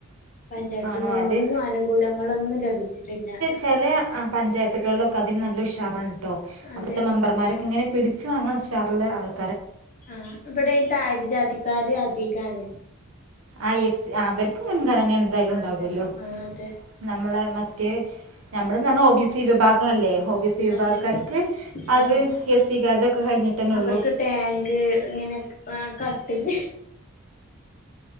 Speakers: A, on the left; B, on the right.
A: പഞ്ചായത്തിന്നൊന്ന്
B: ആണോ അത്
A: ഒന്നും അനുകൂലങ്ങളൊന്നും ലഭിച്ചിട്ടില്ല
B: ചെലെ പഞ്ചായത്തുകളിലൊക്കെ അതിന് നല്ല ഉഷാറാണ്ട്ടോ അവിടുത്തെ
A: അതെ
B: മെമ്പർമാരൊക്കെ ഇങ്ങനെ പിടി ച് വാങ്ങാൻ ഉഷാറുള്ള ആള്
A: ആ ഇവിടെ താഴ്ന്നജാതിക്കാര് അധികാണ്
B: ആ എസ് അവർക്ക് മുൻഗണന എന്തായാലും ഉണ്ടാകുമല്ലോ
A: അതെ ആ അതെ
B: നമ്മളെ മറ്റേ നമ്മളെന്ന് പറഞ്ഞാൽ ഒ ബിസി വിഭാഗം അല്ലേ ഒ ബി സി വിഭാഗക്കാർക്ക്
A: അതെ
B: അത്
A: അതെ
B: എസ് കാരുടൊക്കെ കഴിഞ്ഞിട്ടന്നെള്ളൂ
A: അവർക്ക് ടാങ്ക് ഇങ്ങനെ ആ കട്ടില്